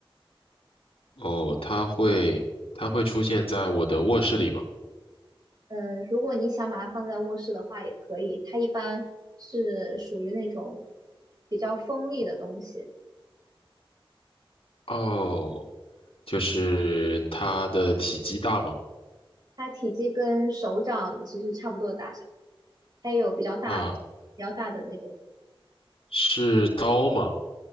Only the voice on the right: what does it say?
呃，如果你想把它放在卧室的话，也可以。它一般是属于那种比较锋利的东西。
它体积跟手掌其实差不多的大小，它也有比较大、
比较大的那种，